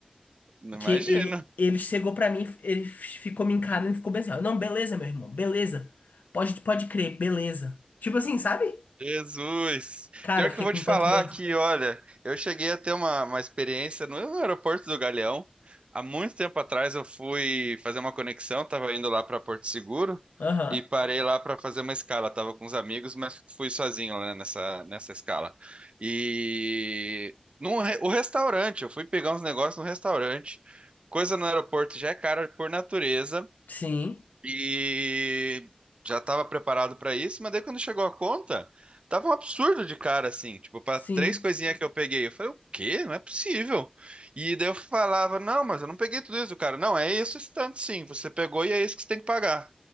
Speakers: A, on the right (about 45°); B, on the left (about 85°).
A: Não imagino.
B: que ele, ele chegou pra mim, ele ficou me encarando e ficou bem assim, ó, não, beleza, meu irmão, beleza. Pode, pode crer, beleza. Tipo assim, sabe?
A: Jesus!
B: Cara,
A: Pior
B: eu fiquei
A: que eu vou
B: com
A: te falar
B: tanto medo.
A: que, olha, eu cheguei a ter uma, uma experiência no aeroporto do Galeão. Há muito tempo atrás eu fui fazer uma conexão, estava indo lá para Porto Seguro
B: Aham.
A: e parei lá para fazer uma escala. Tava com uns amigos, mas fui sozinho, né, nessa, nessa escala. E num, re- o restaurante, eu fui pegar uns negócios no restaurante. Coisa no aeroporto já é cara por natureza,
B: Sim,
A: e já estava preparado para isso, mas daí quando chegou a conta, tava um absurdo de cara, assim, tipo, para
B: sim.
A: três coisinhas que eu peguei. Eu falei, o quê? Não é possível. E daí eu falava, não, mas eu não peguei tudo isso, cara. Não, é isso, esse tanto sim, você pegou e é isso que você tem que pagar.